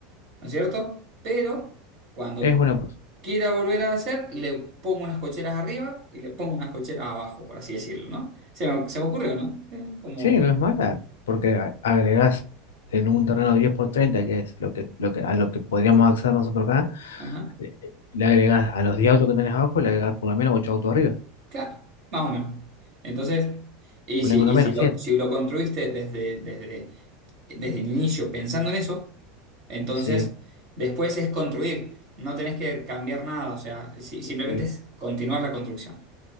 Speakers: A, on the right (about 55°); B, on the left (about 80°).
A: ¿no es cierto? Pero... Cuando
B: es una
A: quiera volver a hacer, le pongo unas cocheras arriba y le pongo unas cocheras abajo, por así decirlo, ¿no? Se me, se me ocurrió, ¿no? Eh, como,
B: Sí, no es mala, porque a- agregas en un terreno 10 por 30, que es lo que, lo que, a lo que podríamos acceder nosotros acá,
A: ajá,
B: eh, eh, le agregas a los 10 autos que tenés abajo, le agregas por lo menos 8 autos arriba,
A: claro, más o menos. Entonces, y
B: por
A: si,
B: lo
A: y
B: menos
A: si lo,
B: siete.
A: si lo construiste desde, desde, desde el inicio pensando en eso, entonces
B: Sí,
A: después es construir, no tenés que cambiar nada, o sea, si- simplemente
B: sí.
A: es continuar la construcción.